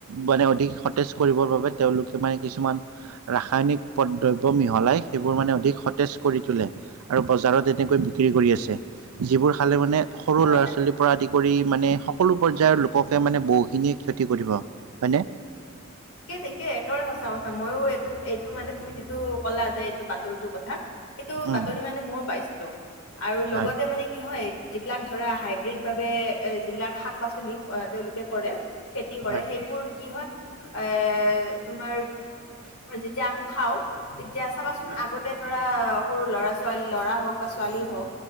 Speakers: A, on the right; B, on the left.
A: মানে অধিক সতেজ কৰিবৰ বাবে তেওঁলোকে মানে কিছুমান ৰাসায়নিক প দ্ৰব্য মিহলাই সেইবোৰ মানে অধিক সতেজ কৰি তোলে আৰু বজাৰত এনেকৈ বিক্ৰী কৰি আছে। যিবোৰ খালে মানে সৰু
B: হয়
A: ল'ৰা ছোৱালী পৰা আদি কৰি মানে সকলো পৰ্যায়ৰ লোককে মানে বহুখিনিয়ে ক্ষতি কৰিব। হয়নে?
B: ঠিকে ঠিকে, একেৰে সঁচা কথা। মইও এইটো এইটো মানে তুমি যিটো কলা যে এইটো বাতৰিটো কথা টো
A: উম,
B: বাতৰি মানে মইও পাইছিলো আৰু লগতে
A: হয়,
B: মানে কি হয় যিবিলাক ধৰা হাইব্ৰীড ভাবে এ যিবিলাক শাক পাচলি তেওঁলোকে কৰে কি কৰে,
A: হয়,
B: সেইবোৰ কি হয় এ তোমাৰ যেতিয়া আমি খাও, তেতিয়া চাবাচোন আগতে ধৰা সৰু ল'ৰা ছোৱালী, ল'ৰা হওক বা ছোৱালী হওক।